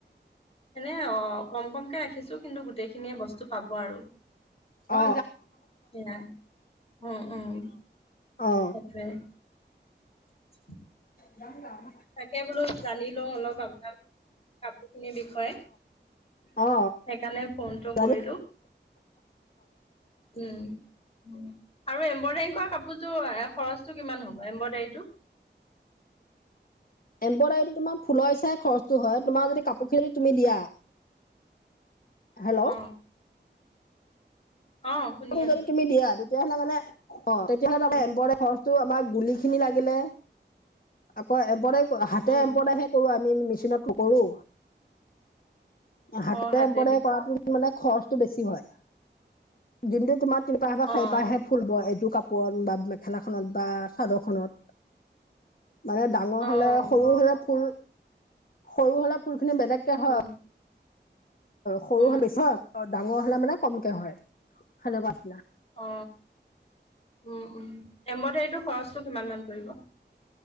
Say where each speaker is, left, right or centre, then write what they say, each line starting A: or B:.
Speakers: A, on the left; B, on the left.
A: নে অ কম কমকে ৰাখি খিছো, কিন্তু গোটেইখিনিয়ে বস্তু পাব আৰু
B: অ
A: সেয়াই, উম উম,
B: অ অ
A: সেইটোৱে। উ <inaudible>
B: ৰামল <inaudible>
A: তাকে বোলো জানিলো অলপ আপোনাৰ, কাপোৰ খিনিৰ বিষয়ে,
B: অ অ
A: সেইকাৰণে ফোনটো
B: জানি
A: কৰিলো, উম আৰু এম্ব্ৰইডাৰী কাপোৰযোৰ খৰচটো কিমান হ'ব এম্ব্ৰইডাৰীটো?
B: এম্ব্ৰইডাৰীটো তোমাৰ ফুলৰ হিচাপে খৰচটো হয়, তোমাৰ যদি কাপোৰ খিনি যদি তুমি দিয়া হেল্ল'।
A: অ অ শুনি
B: কাপোৰ
A: আছো।
B: যদি তুমি দিয়া তেতিয়াহলে মানে অ তেতিয়াহলে আম
A: উম
B: <inaudible> এম্বৰ খৰ টো আমাৰ গুলি খিনি লাগিলে, আকৌ এম্ব্ৰইডাৰি হাতে
A: উম
B: এম্পদাইহে কৰো আমি আমি মেচিনত নকৰো হাতেৰে
A: অ হাতেদি
B: এম্ব্ৰইডাৰী
A: কৰা
B: কৰাতো মানে খৰচ বেছি হয়। দিনটো তোমাত তিনিপাহ বা চাৰিপাহে
A: অ অ
B: ফুল বোৱে সেইটো কাপ ওপৰত বা মেখেলাখনত বা চাদৰখনত মানে ডাঙৰ
A: অ',
B: হলে, সৰু হলে ফুল সৰু হলে ফুল খনে বেলেগকে হয়
A: উম,
B: সৰু
A: উম,
B: হাল বেছি, হয় হয়। ডাঙৰ হলে মানে কমকে হয়, খালে পৰা নিচিনা।
A: অ, উম উম, এম্ব্ৰইডাৰীটো খৰচটো কিমান মান পৰিব?